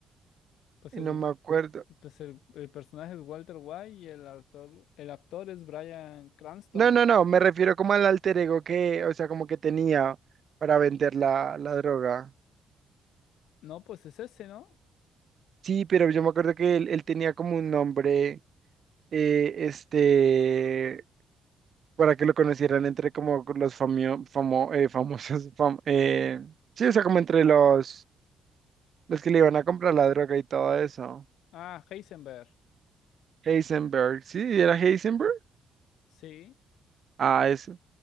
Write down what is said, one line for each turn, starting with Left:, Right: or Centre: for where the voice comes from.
Left: pues,
Right: eh,
Left: es,
Right: no me acuerdo.
Left: pues el, el personaje es Walter White y el actor, el actor es Bryan Cranston.
Right: No, no, no, me refiero como al alter ego que, o sea, como que tenía para vender la, la droga.
Left: No, pues es ese, ¿no?
Right: Sí, pero yo me acuerdo que él, él tenía como un nombre, eh, este, para que lo conocieran entre como los famio- famo- eh, famosos, fam- eh, sí, o sea, como entre los, los que le iban a comprar la droga y todo eso.
Left: Ah, Heisenberg.
Right: Heisenberg, ¿sí? ¿Era Heisenberg?
Left: Sí.
Right: Ah, eso.